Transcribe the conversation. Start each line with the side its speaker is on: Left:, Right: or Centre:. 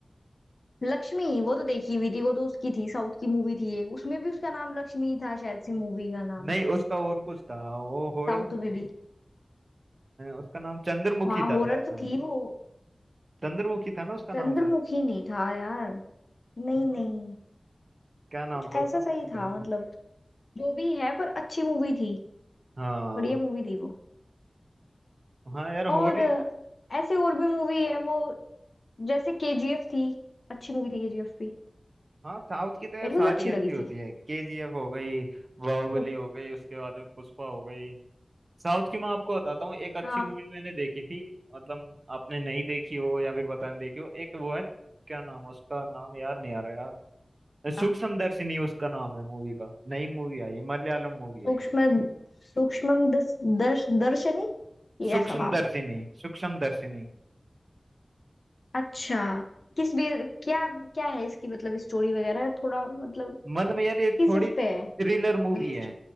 Left: लक्ष्मी वो तो देखी हुई थी वो तो उसकी थी साउथ की मूवी थी एक उसमें भी उसका नाम लक्ष्मी ही था शायद से मूवी का नाम
Right: नहीं उसका और कुछ था वो हॉरर
Left: साउथ
Right: मूवी
Left: में भी
Right: उसका नाम चंद्रमुखी
Left: हाँ हॉरर
Right: था शायद
Left: तो
Right: हाँ।
Left: थी वो
Right: चंद्रमुखी था ना उसका
Left: चंद्रमुखी
Right: नाम शायद
Left: नहीं था यार नहीं
Right: हाँ,
Left: नहीं
Right: क्या नाम
Left: कुछ
Right: था उसका
Left: ऐसा
Right: मेरे
Left: सही
Right: को ध्यान
Left: था
Right: नहीं
Left: मतलब जो भी है पर अच्छी मूवी थी
Right: हाँ
Left: बढ़िया मूवी थी वो
Right: हाँ यार
Left: और
Right: होली
Left: अ, ऐसे और भी मूवी है वो जैसे केजीएफ थी अच्छी मूवी थी केजीएफ भी
Right: हाँ साउथ की तो यार
Left: मेरे
Right: सारी
Left: को तो अच्छी
Right: अच्छी
Left: लगी
Right: होती
Left: थी
Right: है केजीएफ हो गई बाहुबली
Left: उन-
Right: हो गई उसके बाद में पुष्पा हो गई साउथ की मैं आपको बताता हूँ एक अच्छी
Left: हाँ
Right: मूवी मैंने देखी थी मतलब आपने नहीं देखी हो या फिर पता नहीं देखी हो एक वो है क्या नाम है उसका नाम याद नहीं आ रहा यार
Left: क्या?
Right: सूक्ष्म दर्शिनी उसका नाम है मूवी का नई मूवी आई है मलयालम मूवी है
Left: सूक्ष्म सूक्ष्म दस दर्श दर्शनी ये
Right: सूक्ष्म
Left: ऐसा नाम
Right: दर्शिनी
Left: है
Right: सूक्ष्म दर्शिनी
Left: अच्छा किस भी क्या क्या है इसकी मतलब स्टोरी वगैरह थोड़ा मतलब
Right: मतलब यार ये
Left: किस
Right: थोड़ी
Left: उस
Right: थ्रिलर
Left: पे है
Right: मूवी
Left: बेस्ड
Right: है